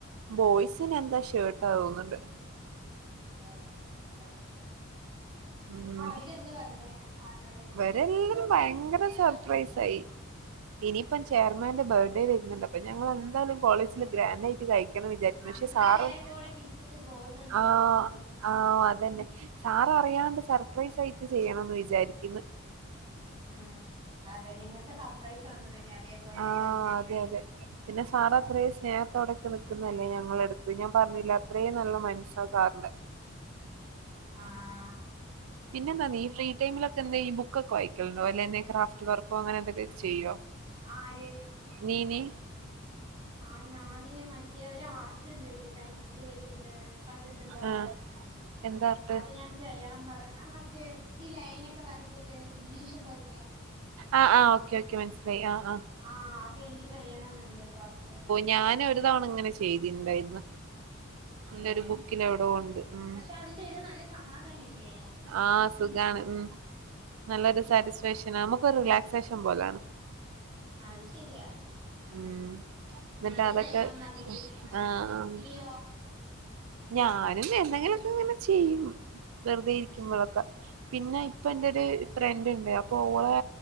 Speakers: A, on the right; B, on the right.
A: ബോയ്സിന് എന്താ ഷേർട്ടാ തോന്ന്ണ്ട്
B: ഏ കട്ടെട്ടെ
A: ഉം
B: അപ്പൊ അവര് എന്ത്പറഞ്ഞേ സാറിനോട്
A: ത് എല്ലരും ഭയങ്കര സർപ്രൈസ് ആയി. ഇനിയിപ്പം ചെയർമാന്റെ ബർത്ത്ഡേ വരുന്നുണ്ട്. അപ്പൊ ഞങ്ങൾ എന്തായാലും കോളേജിൽ ഗ്രാൻഡായിട്ട് കഴി ക്കണമെന്നാ വിചാരിക്ക്‌ണ്
B: ആഹ്
A: പക്ഷെ
B: നിങ്ങളെല്ലാരും
A: സാറും
B: കൂടെ പിരിച്ചിട്ട് ഗോൾഡ് എന്തെങ്കിലും
A: ആഹ്
B: എടുത്ത് കൊടുക്ക്
A: ആഹ് അതന്നെ. സാററിയാണ്ട് സർപ്രൈസ് ആയിട്ട് ചെയ്യണംന്ന് വിചാരിക്ക്ന്ന്
B: ഉം അതെ നിങ്ങക്ക് സപ്രൈസ് തന്നതല്ലേ, അതേപോലെ
A: ആഹ്
B: എന്തായാലും ചെയ്തേക്ക്
A: അതെ അതെ പിന്നെ സാർ അത്രേം സ്നേഹത്തോടെക്കെ നിക്കുന്നതല്ലേ ഞങ്ങളെട്ത്ത്. ഞാൻ പർഞ്ഞില്ലത്രേം നല്ല മൻസ്സാ സാർന്റെ
B: ആഹ്
A: പിന്നെന്താ നീ ഫീടൈമിലൊക്കെ എന്താ ഈ ബുക്കൊക്കെ വായിക്കലുണ്ടോ അല്ലെ എന്തേ ക്രാഫ്റ്റ് വർക്കോ അങ്ങനെന്തൊക്കൊക്കെ ചെയ്യോ
B: ആര്?
A: നീയിനി
B: ആഹ് ഞാന് മറ്റേ ഒരാർട്ട്ണ്ട്ടി പെൻസില് വെച്ചിട്ട് കണ്ടിട്ടുണ്ടോ?
A: ആഹ് എന്താ ർ
B: അത് ഞാൻ ചെയ്യണം പറ ആ മറ്റേ ഈ ലൈനൊക്കെ വരച്ചിട്ട് ഇല്യൂഷൻ പോലത്തെ
A: ആ ആഹ് ഓക്കെ ഓക്കെ മൻസ്സിലായി ആ ആഹ്
B: ആഹ് അതെനിക്ക് ചെയ്യണംന്നുണ്ട് പക്ഷേ
A: ഞാനൊരു തവണ ഇങ്ങനെ ചെയ്തിണ്ടയിര്ന്ന് ൻ്റൊരു
B: ഏഹ്
A: ബുക്കിലെവ്ടോണ്ട് ഉം
B: പക്ഷെ അത് ചെയ്ത നല്ല സമാധാനല്ലേ
A: ആഹ് സുഖാണ് ഉം നല്ലൊരു സാറ്റിസ്ഫാക്ഷനാ നമുക്കൊരു റിലാക്സേഷൻ പോലാണ്
B: അഅ് ശരിയാ
A: ഉം
B: ഇനി
A: ന്നിട്ടതൊക്കെ
B: അത് ചെയ്യണം പറഞ്ഞിട്ട് ഇരിക്കാണ്
A: ആഹ് ആഹ്
B: നീയോ
A: ഞാനും എന്തെങ്കിലൊക്കെങ്ങനെ ചെയ്യും. വെറുതെ ഇരിക്കുമ്പൊഴൊക്കെ. പിന്നെ ഇപ്പൊ എന്റൊര് ഫ്രണ്ട്ണ്ട്. അപ്പോളെ